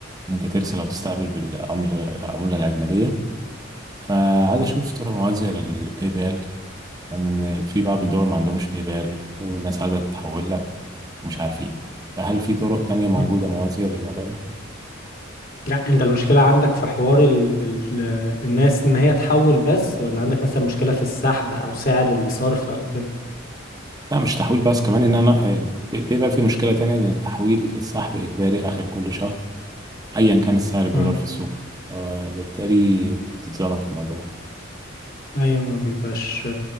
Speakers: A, on the right; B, on the left.
A: ان انت ترسل او تستقبل بالعملة العملة الاجنبية فعايز اشوف طرق موازية للباي بال تمام ان في بعض الدول ما عندهمش باي بال وناس عايزة تحول لك ومش عارفين فهل في طرق تانية موجودة
B: مم.
A: موازية للموضوع ده
B: لا انت المشكلة عندك في حوار ال... ال... الناس ان هي تحول بس ولا عندك مثلا مشكلة في السحب او سعر الصرف او كده
A: لا مش تحويل بس كمان ان انا آه، بي- بيبقى في مشكله تانية ان التحويل السحب اجباري اخر كل شهر ايا كان سعر الدولار
B: مم.
A: في السوق فبالتالي انت بتتظلم في الموضوع
B: ايوه ما بيبقاش